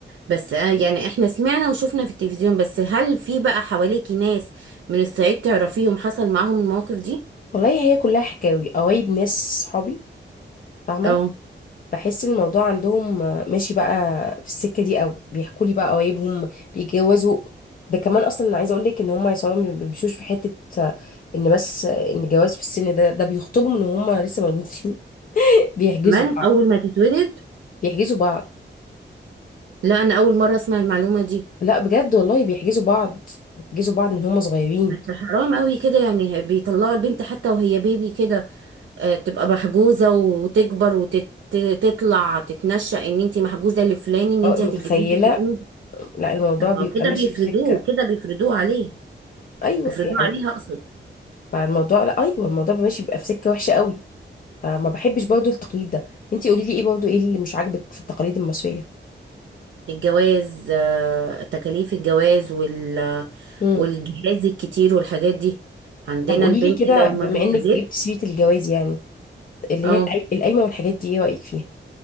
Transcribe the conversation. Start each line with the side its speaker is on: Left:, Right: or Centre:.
Right: بس آه يعني احنا سمعنا وشفنا في التلفزيون بس هل في بقى حواليكي ناس من الصعيد تعرفيهم حصل معاهم المواقف دي
Left: والله هي كلها حكاوي قوايب ناس صحابي فاهمة
Right: او
Left: بحس إن الموضوع عندهم آه، ماشي بقى في السكة دي قوي بيحكوا لي بقى قوايبهم بيتجوزوا ده كمان اصلا انا عايزه اقول لك ان هم يا صحابي ما بيمشوش في حته آه، ان بس آه، ان الجواز في السن ده ده بيخطبهم ان هم لسه مولودين <laughs> بيحجزوا
Right: كمان
Left: بعض
Right: اول ما تتولد
Left: بيحجزوا بعض
Right: لا انا اول مرة اسمع المعلومة دي
Left: لا بجد والله بيحجزوا بعض بيحجزوا بعض ان هم صغيرين
Right: بس حرام قوي كده يعني بيطلعوا البنت حتى وهي بيبي كده آه تبقى محجوزة وتكبر وتطلع تتنشأ ان انت محجوزة لفلان ان
Left: أو
Right: انت هتتجوزي
Left: متخيله
Right: فلان
Left: لا الموضوع
Right: طب
Left: بيبقى
Right: ما هو كده
Left: ماشي
Right: بيفرضوه
Left: في سكه
Right: كده بيفرضوه عليه
Left: ايوه
Right: بيفرضوه
Left: يعني
Right: عليها اقصد
Left: فالموضوع لا ايوه الموضوع بيبقى ماشي بيبقى في سكه وحشه قوي فما بحبش برضو التقليد ده انتي قولي لي ايه برضو ايه اللي مش عاجبك في التقاليد المصرية
Right: الجواز آه، تكاليف الجواز وال
Left: امم
Right: والجهاز الكتير والحاجات دي عندنا
Left: طب قولي
Right: البنت
Left: لي كده
Right: لو
Left: بما
Right: ما جهزتش
Left: انك جبت سيرة الجواز يعني اللي
Right: اه
Left: هي القي- القايمة والحاجات دي ايه رأيك فيها